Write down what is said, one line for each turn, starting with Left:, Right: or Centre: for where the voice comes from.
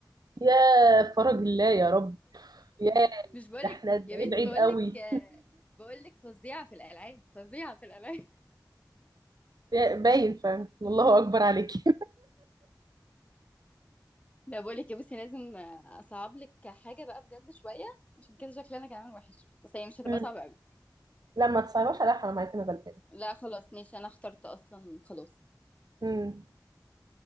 Right: يا فرج الله يا رب يا
Left: مش بقول
Right: ده
Left: لك
Right: احنا قد
Left: يا
Right: ايه
Left: بنتي
Right: بعيد
Left: بقول
Right: قوي
Left: لك آه، بقول لك فظيعه في الالعاب فظيعه في الالعاب <laughs>
Right: <laughs> يا- باين فاهم والله اكبر عليكي
Left: لا بقول لك يا بصي لازم آه، اصعب لك حاجه بقى بجد شويه عشان كده شكلي انا كمان وحش بس هي مش هتبقى
Right: مم.
Left: صعبه قوي
Right: لا ما تصعبش عليا حرام عليكي انا غلبانه
Left: لا خلاص ماشي انا اخترت اصلا خلاص
Right: مم.